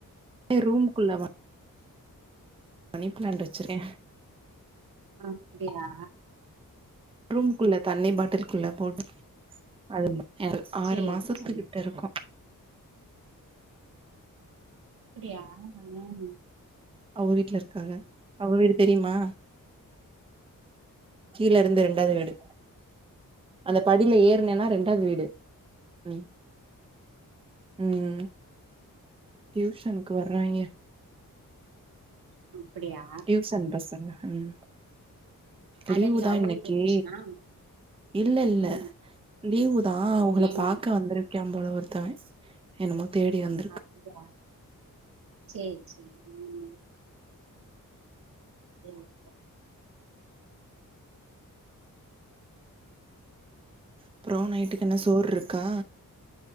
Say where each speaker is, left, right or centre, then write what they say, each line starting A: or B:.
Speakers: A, on the right; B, on the right.
A: <unintelligible> ரூம்க்குள்ளவா மணி பிளான்ட் வச்சுருக்கே
B: அப்டியா
A: ரூம்க்குள்ள தண்ணி பாட்டில்க்குள்ள போட்டு அது ஒரு ஆறு
B: சேரி
A: மாசத்துக்கிட்ட
B: சேரி
A: இருக்கு
B: அப்பிடியா ம்
A: அவ வீட்ல இருக்காக அவ வீடு தெரியுமா கீழ இருந்து ரெண்டாவ்து வீடு அந்த படில ஏறுனேன்னா ரெண்டாவ்து வீடு ம் ம் ம் டியூஷனுக்கு வர்ராய்ங்க
B: அப்பிடியா
A: டியூசன் பசங்க ம்
B: அத
A: லீவுதா
B: இன்னைக்கு அவுக
A: இன்னைக்கி
B: வீட்ல விட்டுச்சுனா
A: இல்ல இல்ல
B: ம்
A: லீவுதா அவுங்கள
B: ம்
A: பாக்க வந்துரு ய்க்காம்போல ஒருத்தவ என்னமோ தேடி வந்
B: அப்டியா சேரி சேரி ம் சேரிப்பா
A: அப்றோ நைட்டுக்கு எல்லா சோற்ருக்கா